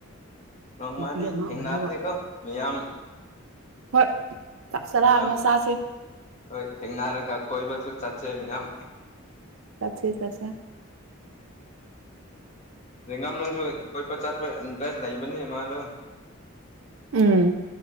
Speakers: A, on the left; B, on the right.
A: ꯅꯣꯡꯃꯗꯤ
B: ꯅꯨꯄꯤ ꯑꯃ
A: ꯊꯦꯡꯅꯔꯦꯀꯣ
B: ꯑꯣꯏꯔꯒ
A: ꯃꯤꯌꯥꯝ
B: ꯍꯣꯏ ꯆꯥꯛ ꯆꯔꯥ
A: ꯃꯤꯌꯥꯝ
B: ꯑꯃ ꯁꯥꯥꯁꯦ
A: ꯍꯣꯏ ꯊꯦꯡꯅꯔꯒ ꯀꯣꯏꯕꯁꯨ ꯆꯠꯆꯩ ꯃꯌꯥꯝ
B: ꯆꯠꯁꯦ ꯆꯠꯁꯦ
A: ꯎ ꯌꯦꯦꯡꯒꯥꯝ ꯅꯨꯡꯁꯨ ꯀꯣꯏ ꯆꯥꯠꯄ ꯏꯟꯇꯔꯦꯁ ꯂꯩꯕꯅꯦ ꯃꯥꯁꯨ
B: ꯎꯝ